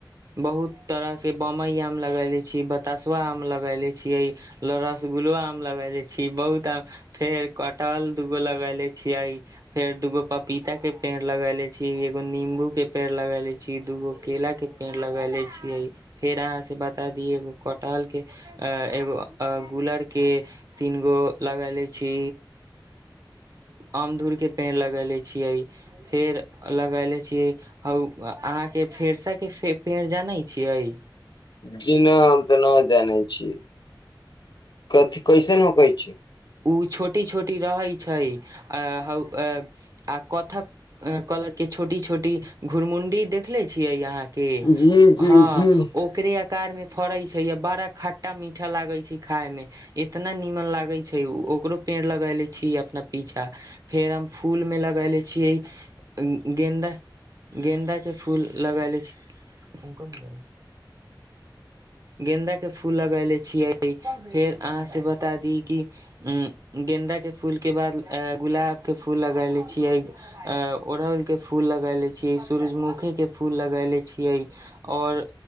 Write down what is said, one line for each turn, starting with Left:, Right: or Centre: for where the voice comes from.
Right: बहुत तरह के बमइ आम लगैले छियैय, बतसवा आम लगैले छियैय, रस- गुलबा आम लगैले छी, बहुत आम फेर कटहल दुगो लगैले छियैय, फेर दुगो पपीता के पेड़ लगैले छी, एगो नींबू के पेड़ लगैले छी, दूगो केला के पेड़ लगैले छीयैय, फेर अहाँ सँ बता दी एगो कटहल के, एगो गूलर के तीन गो लगैले छी, अमधुर के पेड़ लगैले छियैय, फेर लगैले छियैय अहाँके फेरसा के पेड़ जानैय छियैय?
Left: जी नै हम त न जानैय छियै, कथि कैसन होखै छै
Right: उ छोटी-छोटी रहैय छैय, आ कथक कथ कलर के छोटी-छोटी घुरमुंडी देखले छियै अहाँ के
Left: जी, जी,
Right: हँ
Left: जी।
Right: ओकरे आकारमे फड़ैय छैय बड़ा खट्टा-मीठा लागैय छै खायमे इतना नीमन लागैय छैय, ओकरो पेड़ लगायले छी अपना पीछा फेर हम फूलमे लगैले छियै गेन्दा गेन्दाके फूल लगलै छी ओे गेन्दा के फूल लगेलै छियै फेर अहाँ से बता दी कि अम गेन्दा के फूल के बाद गुलाब के फूल लगैले छियै ओड़हल के फूल लगायले छीयै सूरजमुखी के फूल लगायले छियै और